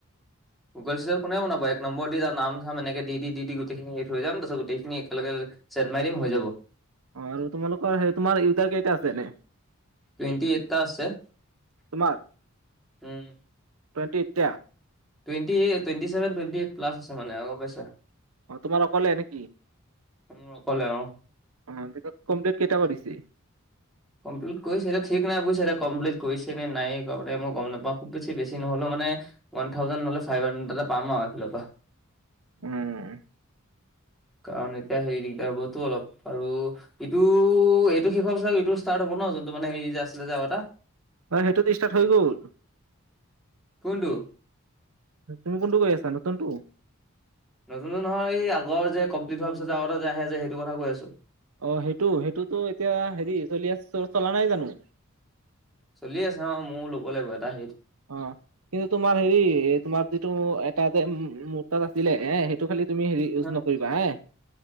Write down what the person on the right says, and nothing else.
অ'! আৰু তোমালোকৰ, সেই, তোমাৰ ইউজাৰ কেইটা আছে, এনে?
তোমাৰ
টুৱেণ্টি এইটটা?
অ'! তোমাৰ অকলে নেকি?
<unintelligible> অ' কমপ্লিট কেইটা কেইটা কৰিছে?
উম।
অ'! সেইটো দি ষ্টাৰ্ট হৈ গ'ল।
তুমি কোনটো কৰি আছা, নতুনটো?
অ'! সেইটো, সেইটোতো এতিয়া, সেৰি চলি, আঁ চলা নাই জানোঁ?
অ'! কিন্তু তোমাৰ সেৰি, তোমাৰ যিটো, এটা যে মোৰ তাত আছিলে, এইয়াই। তো খালি তুমি, সেৰি ইউজ
নকৰিবা হা?